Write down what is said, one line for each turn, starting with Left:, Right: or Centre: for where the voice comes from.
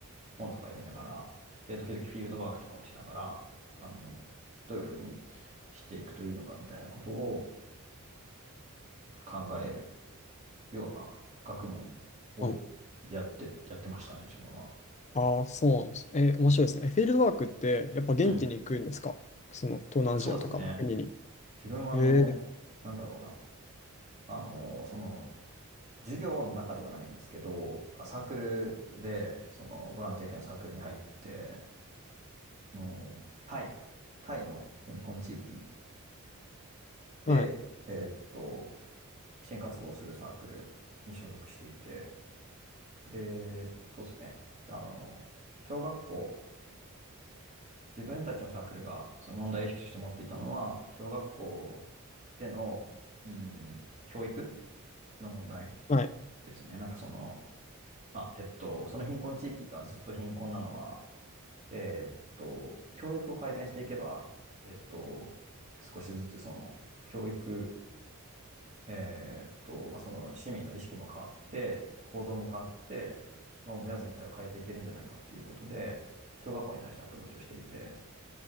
Right: 本とか読みながら、で、時々フィールドワークとかもしながら、あの、どういうふうにしていくといいのかみたいなことを考えるような学問をやって、
Left: はい。
Right: やってましたね、自分は。
Left: ああ、そうなんです。えー面白いですね。えフィールドワークって、やっぱ現地に行くんですかその東南アジアとかの国に。
Right: うん。そうですね。自分は、
Left: へえ。
Right: あの、なんだろうな。あの、その、授業の中ではないんですけど、あサークルで、その、ボランティア系のサークルに入って、あの、タイ、タイの貧困地域で、
Left: はい。
Right: えーっと、支援活動をするサークルに所属していて、で、そうですね、あの、小学校、自分たちのサークルが、その問題意識として持っていたのは、小学校での、うん、教育の問題
Left: はい。
Right: ですね。なんかその、まあ、えっと、その貧困地域がずっと貧困なのは、えーっと、教育を改善していけば、えーっと、少しずつその教育、えーっと、まあ、その市民の意識も変わって、行動も変わって、もう村全体を変えていけるんじゃないかっていうことで、小学校に対してアプローチをしていて、